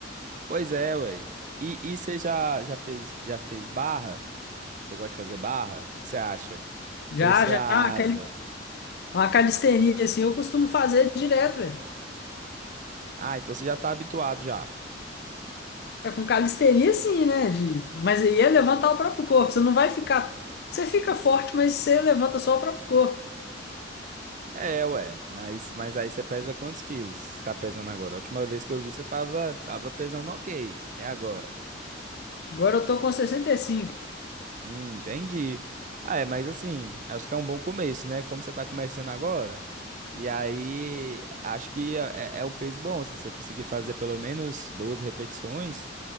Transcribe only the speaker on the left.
Já,
já,
uma cali-
uma calistenia, assim, eu costumo fazer direto, velho.
É com calistenia, sim, né? De... Mas aí é levantar o próprio corpo. Você não vai ficar. Você fica forte, mas você levanta só o próprio corpo.
Agora eu tô com sessenta e cinco